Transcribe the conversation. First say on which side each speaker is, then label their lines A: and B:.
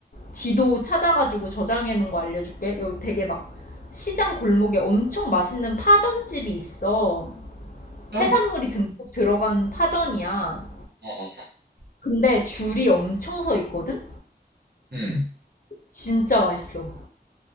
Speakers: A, on the left; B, on the right.
A: 지도 찾아가지고 저장해 놓은 거 알려줄게. 여기 되게 막 시장 골목에 엄청 맛있는 파전집이 있어.
B: 전?
A: 해산물이 듬뿍 들어간 파전이야.
B: 어, 어.
A: 근데 줄이 엄청 서 있거든?
B: 응.
A: 진짜 맛있어.